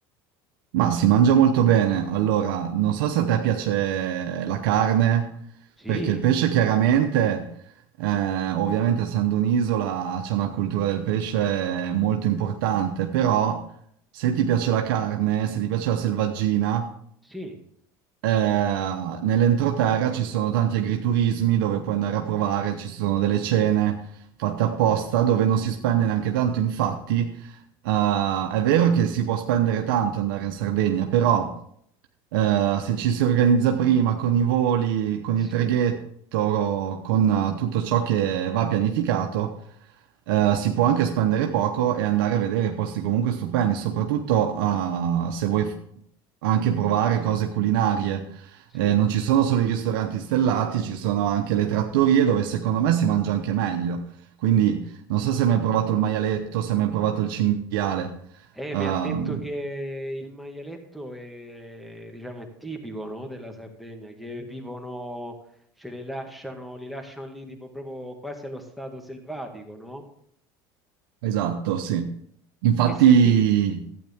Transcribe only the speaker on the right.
Ma si mangia molto bene. Allora, non so se a te piace la carne,
perché il pesce chiaramente, eh, ovviamente essendo un'isola c'è una cultura del pesce molto importante, però se ti piace la carne, se ti piace la selvaggina,
eh, nell'entroterra ci sono tanti agriturismi dove puoi andare a provare, ci sono delle cene fatte apposta dove non si spende neanche tanto, infatti. Uh, è vero che si può spendere tanto andare in Sardegna, però eh, se ci si organizza prima con i voli, con
il traghetto, con eh, tutto ciò che va pianificato, eh, si può anche spendere poco e andare a vedere posti comunque stupendi, soprattutto eh, se vuoi f- anche provare cose culinarie.
Eh, non ci sono solo i ristoranti stellati, ci sono anche le trattorie dove secondo me si mangia anche meglio. Quindi non so se hai mai provato il maialetto, se hai mai provato il cinghiale.
Ehm,
Esatto, sì. Infatti,